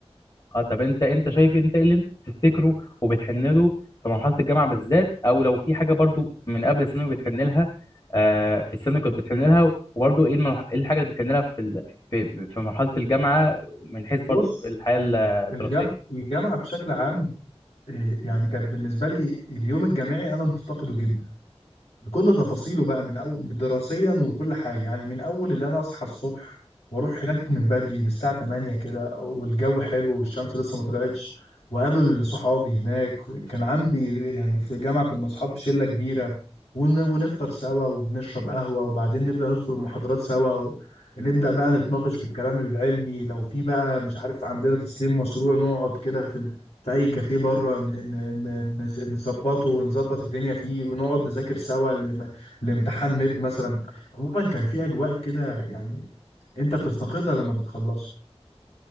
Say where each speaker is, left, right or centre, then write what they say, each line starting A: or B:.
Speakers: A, on the left (about 40°); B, on the left (about 75°).
A: اه طب انت انت شايف إيه؟ انت ايه اللي انت بتفتكره وبتحن له في مرحله الجامعه بالذات او لو في حاجه برضو من قبل الثانوي بتحن لها آه، في الثانوي كنت بتحن لها وبرضو ايه المرح- ايه الحاجه اللي بتحن لها في ال- في في مرحله الجامعه من حيث برضو
B: بص
A: الحياه الدراسيه
B: الجامعة الجامعة بشكل عام إيه، يعني كانت بالنسبة لي اليوم الجامعي أنا مفتقده جدا بكل تفاصيله بقى من أول دراسيا وكل حاجة يعني من أول اللي أنا أصحى الصبح وأروح هناك من بدري من الساعة 8 كده والجو حلو والشمس لسه ما طلعتش وقابل صحابي هناك كان عندي يعني في الجامعة كنا أصحاب شلة كبيرة ون- ونفطر سوا وبنشرب قهوة وبعدين نبدأ ندخل المحاضرات سوا نبدأ بقى نتناقش في الكلام العلمي لو في بقى مش عارف عندنا تسليم مشروع نقعد كده في في اي كافيه بره ن- ن- ن- نز- نظبطه ونظبط الدنيا فيه ونقعد نذاكر سوا لم- لامتحان ميد مثلا عموما كان في اجواء كده يعني انت بتفتقدها لما بتخلصه